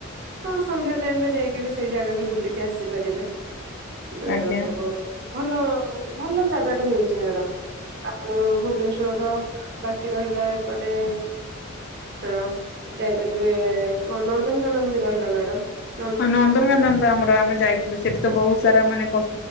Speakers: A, on the right; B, on the left.
A: ହଁ ସନ୍ଧ୍ୟା ଟାଇମ ରେ ଯାଇକି ବି ସେଇ ଜାଗା ବି ବୁଲିକି ଆସିପାରିବେ। ଦେରସ
B: ଆଜ୍ଞା
A: ଭଲ ଭଲ ଜାଗାଟା ହେଇଚି ମ୍ୟାଡାମ। ଆପଣ ଭୁବନେଶ୍ଵର ବାକି ରହିଲା ଏପଟେ ହଁ ଯାଇପାରିବେ କଣ ନନ୍ଦନକାନନ ବି ରହିଲା ମ୍ୟାଡାମ।
B: ହଁ ନନ୍ଦନକାନନ ତ ଆମର ଆମେ ଯାଇଥିଲୁ ସେଠି ତ ବହୁତ ସାରା ମାନେ ପୁ